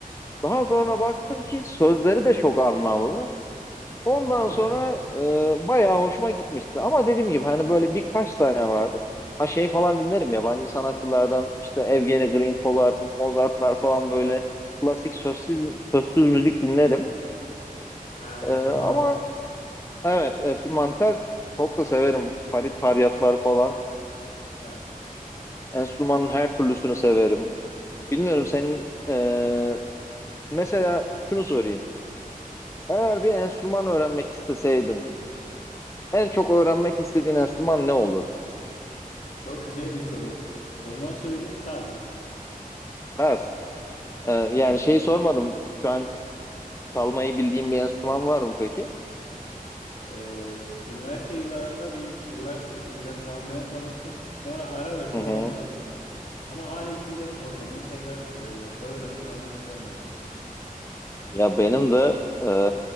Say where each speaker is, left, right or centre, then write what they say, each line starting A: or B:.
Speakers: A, on the left (about 20°); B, on the left (about 55°).
A: Daha sonra baktım ki sözleri de çok anlamlı. Ondan
B: Hı.
A: sonra e, bayağı hoşuma gitmişti. Ama dediğim gibi hani böyle birkaç tane vardır. Ha şey falan dinlerim yabancı sanatçılardan işte Evgeni Grinko'lar, Mozart'lar falan böyle klasik sözsüz sözsüz müzik dinlerim.
B: Ha,
A: E,
B: enstrüman.
A: ama evet enstrümantal çok da severim. Farid Faryatlar falan.
B: Evet.
A: Enstrümanın her türlüsünü severim. Bilmiyorum senin e, mesela şunu sorayım. Eğer bir enstrüman öğrenmek isteseydin en çok öğrenmek istediğin enstrüman ne olurdu?
B: Çok güzel bir soru. O zaman söyleyeyim saz.
A: Ha, Ee,
B: Evet.
A: yani şeyi sormadım. Şu an çalmayı bildiğim bir enstrüman var mı peki?
B: Ee, üniversite yıllarımda bir uğraşmıştım, biraz çalmaya çalıştım. Sonra ara verdim,
A: Hı hı.
B: öyle kaldı yani. Ama hala içimde kaldı yani onu tekrar e, öğrenip çalmak isterim açıkçası.
A: Ya benim de e,